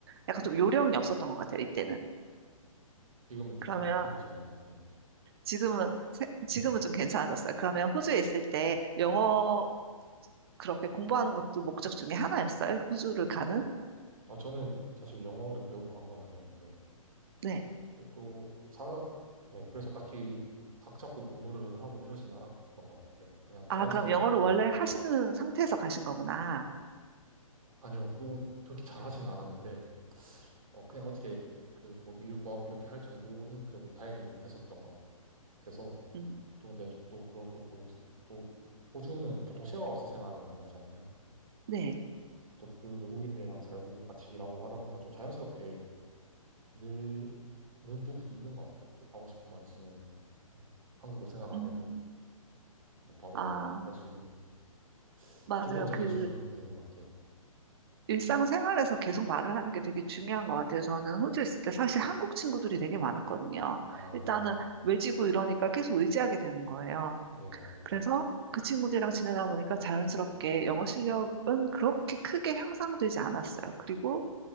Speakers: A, on the right; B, on the right.
A: 약간 좀 요령이 없었던 것 같아요, 이때는.
B: 지금은 조금
A: 그러면
B: 생기셨나요? 네.
A: 지금은, 세- 지금은 좀 괜찮아졌어요. 그러면 호주에 있을 때 영어 그렇게 공부하는 것도 목적 중에 하나였어요? 호주를 가는?
B: 아, 저는 사실 영어를 배우러 간 건 아니었는데,
A: 네.
B: 네, 또, 사, 네, 그래서 딱히 각 잡고 공부를 하고 이러진 않았던 것 같아요. 그냥
A: 아,
B: 자연스럽게,
A: 그럼 영어를 원래
B: 네.
A: 하시는 상태에서 가신 거구나.
B: 아니요, 또 그렇게 잘하진 않았는데, 어, 그냥 어떻게 그 뭐 일을 구하고 이렇게 할 정도는 그래도 다행히 됐었던 것 같아서,
A: 음,
B: 또 근데 또 그러고 또, 또, 호주는 보통 셰어하우스 생활을 많이 하잖아요.
A: 네.
B: 또 그 외국인들이랑 살고 같이 일하고 하다 보니까 좀 자연스럽게 늘는 부분이 있는 것 같아요. 좀 하고 싶은 말 있으면은, 뭐, 한글로 생각 안
A: 음,
B: 해도 뭐 바로바로
A: 아,
B: 할 수 있는
A: 맞아요.
B: 기본적인
A: 그
B: 수준 되는 것 같아요. 네.
A: 일상생활에서 계속 말을 하는 게 되게 중요한 것 같아요. 저는 호주에 있을 때 사실 한국 친구들이 되게 많았거든요.
B: 아,
A: 일단은
B: 네네.
A: 외지고 이러니까 계속 의지하게 되는 거예요.
B: 네, 맞아요.
A: 그래서 그 친구들이랑 지내다 보니까 자연스럽게 영어 실력은 그렇게 크게 향상되지 않았어요. 그리고